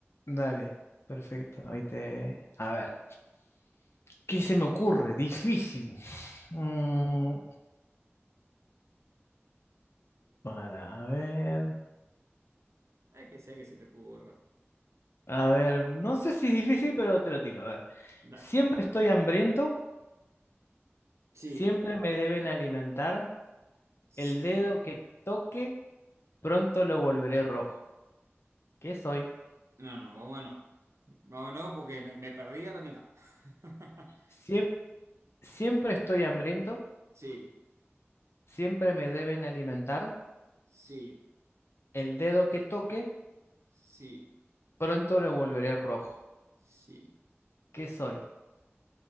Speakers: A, on the left (about 65°); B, on the right (about 85°).
A: Dale, perfecto. Ahí te... A ver. ¿Qué se me ocurre? Difícil. Mm, para, a ver.
B: El que sea que se te ocurra.
A: A ver, no sé si es difícil, pero te lo tiro. A ver,
B: Dale.
A: siempre estoy hambriento,
B: Sí,
A: siempre me deben alimentar. El
B: Sí.
A: dedo que toque, pronto lo volveré rojo. ¿Qué soy?
B: No, no, vamos a no. Vamos a no porque me perdí a la mitad. <laughs>
A: Siem- siempre estoy hambriento,
B: Sí,
A: siempre me deben alimentar.
B: sí,
A: El dedo que toque,
B: sí,
A: pronto lo volveré rojo.
B: sí.
A: ¿Qué soy?